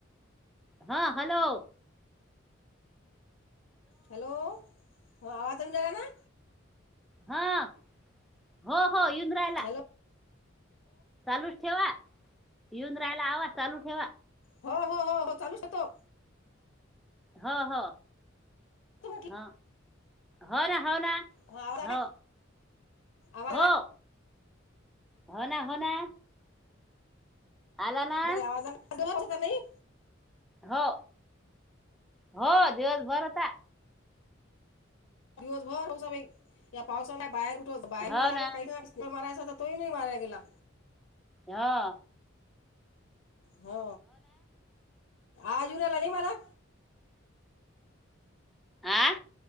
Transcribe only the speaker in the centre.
हा, हॅलो.
हा. हो हो युन राहिला.
चालूच ठेवा येऊन राहायला हवा चालू ठेवा.
हो हो,
ह, हो ना हो ना.
हो.
हो, हो ना हो ना. आला ना
हो हो दिवसभर होता.
हो
ना
हो.
हा?